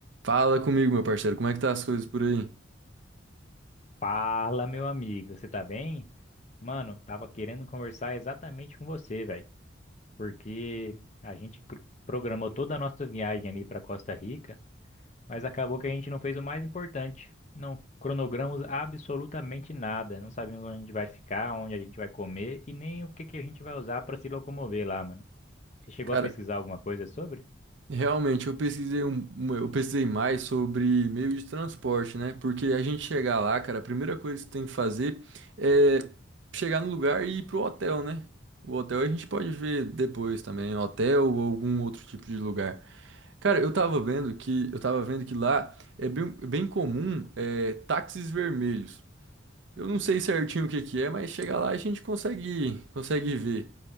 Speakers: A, on the right; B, on the left.
A: Fala comigo, meu parceiro, como é que tá as coisas por aí?
B: Fala, meu amigo, você tá bem? Mano, tava querendo conversar exatamente com você, velho, porque a gente cr- programou toda a nossa viagem ali pra Costa Rica, mas acabou que a gente não fez o mais importante. Não cronogramos absolutamente nada, não sabemos onde a gente vai ficar, onde a gente vai comer e nem o que que a gente vai usar pra se locomover lá, mano. Você chegou
A: Cara,
B: a pesquisar alguma coisa sobre?
A: realmente eu pesquisei um, um- eu pesquisei mais sobre meio de transporte, né? Porque a gente chegar lá, cara, a primeira coisa que você tem que fazer é chegar no lugar e ir pro hotel, né? O hotel a gente pode ver depois também, hotel ou algum outro tipo de lugar. Cara, eu tava vendo que eu tava vendo que lá é bem, bem comum é, táxis vermelhos. Eu não sei certinho o que que é, mas chega lá a gente consegue, consegue ver.